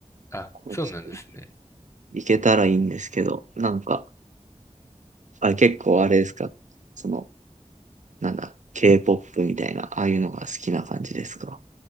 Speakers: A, on the left; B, on the right.
A: あ、
B: ちょっと
A: そうなんですね。
B: 行けたらいいんですけど、なんか、あれ結構あれですかその、なんだ、K-POP みたいな、ああいうのが好きな感じですか